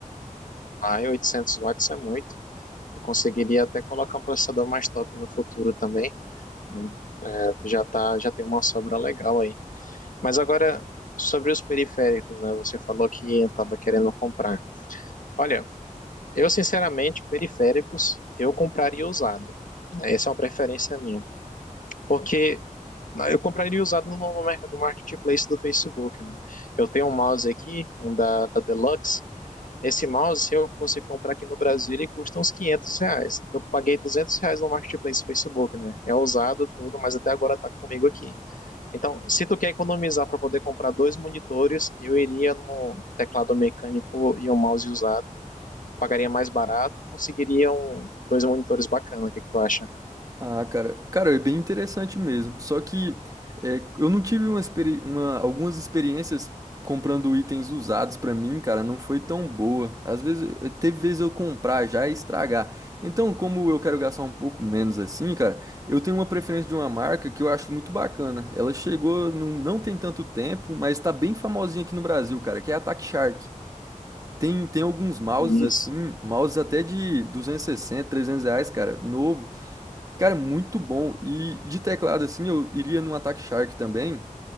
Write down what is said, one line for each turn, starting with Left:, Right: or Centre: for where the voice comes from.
Left: Ah, 800 watts é muito. Tu conseguiria até colocar um processador mais top no futuro também, né? É, tu já tá, já tem uma sobra legal aí. Mas agora, sobre os periféricos, né? Você falou que estava querendo comprar. Olha, eu sinceramente, periféricos, eu compraria usado. né? Essa é uma preferência minha. Porque na- eu compraria usado no, no merc- no marketplace do Facebook, né? Eu tenho um mouse aqui, um da, da Deluxe. Esse mouse, se eu fosse comprar aqui no Brasil, ele custa uns 500 reais. Eu paguei 200 reais no marketplace do Facebook, né? É usado tudo, mas até agora tá comigo aqui. Então, se tu quer economizar para poder comprar dois monitores, eu iria no teclado mecânico e um mouse usado. Pagaria mais barato e conseguiria um- dois monitores bacana. O que que tu acha?
Right: Ah, cara, cara, é bem interessante mesmo. Só que é, eu não tive uma, experi- uma- algumas experiências comprando itens usados pra mim, cara, não foi tão boa. Às vezes, eh, teve vezes eu comprar já e estragar. Então, como eu quero gastar um pouco menos assim, cara, eu tenho uma preferência de uma marca que eu acho muito bacana. Ela chegou num- não tem tanto tempo, mas tá bem famosinha aqui no Brasil, cara, que é a Attack Shark. Tem, tem alguns mouses
Left: Isso.
Right: assim, mouses até de 260, 300 reais, cara, novo. Cara, muito bom. E de teclado, assim, eu iria num Attack Shark também,